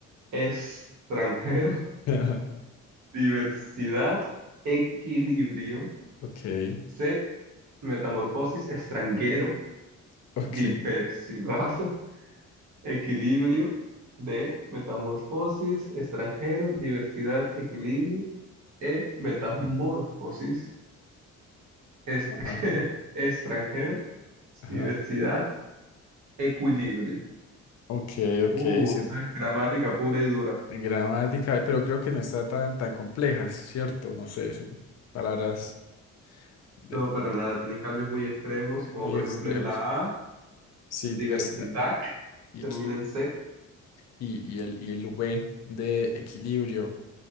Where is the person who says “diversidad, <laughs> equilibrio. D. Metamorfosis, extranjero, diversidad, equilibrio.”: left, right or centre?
Right